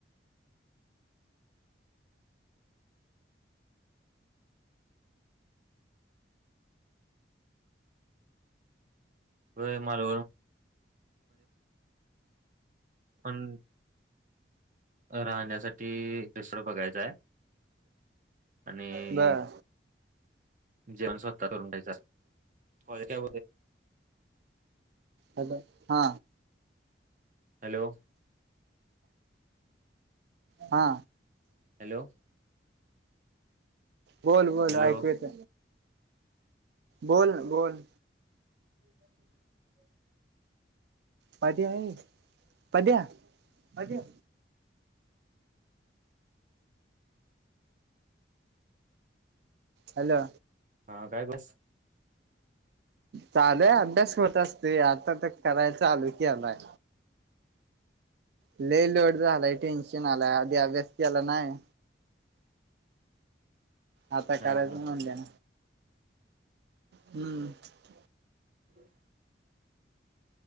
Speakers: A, on the right; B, on the right.
A: व मला पण राहण्यासाठी रेस्टोरं बघायचाय. आणि
B: बर
A: जेवण स्वतः करून ठ्यायचं कॉले काय
B: हॅलो हा.
A: हॅलो.
B: हा.
A: हॅलो
B: बोल बोल
A: हॅलो
B: ऐकू येत. बोल ना बोल.
A: <unintelligible>
B: पध्या पध्या पध्या हॅलो.
A: हा काय क्लास
B: चालेय अभ्यास होत असते आता तर कराय चालू की आलाय. ल लोड झालाय टेन्शन आलाय आधी अभ्यास केला नाही. आता करायचं
A: हा हा
B: म्हून देण हम्म.
A: हम्.